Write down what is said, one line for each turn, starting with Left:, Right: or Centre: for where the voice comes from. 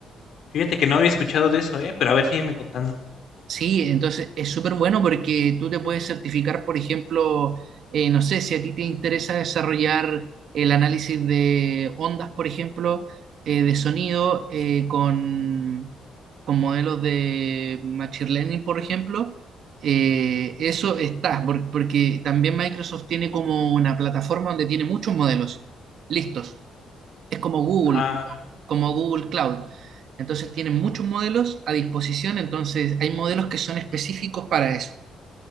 Left: fíjate que no había escuchado de eso, ¿eh? Pero a ver, sígueme contando.
Right: Sí, entonces es súper bueno porque tú te puedes certificar, por ejemplo, eh, no sé, si a ti te interesa desarrollar el análisis de ondas, por ejemplo, eh, de sonido eh, con, con modelos de Machine Learning, por ejemplo, eh, eso está, por- porque también Microsoft tiene como una plataforma donde tiene muchos modelos listos. Es como Google,
Left: Ah,
Right: como Google Cloud. Entonces tienen muchos modelos a disposición, entonces hay modelos que son específicos para eso.